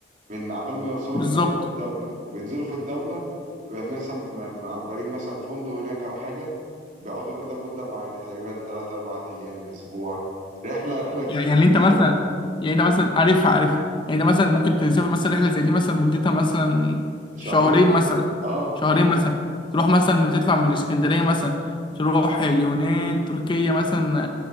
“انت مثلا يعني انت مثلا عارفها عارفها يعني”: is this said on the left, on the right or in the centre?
Left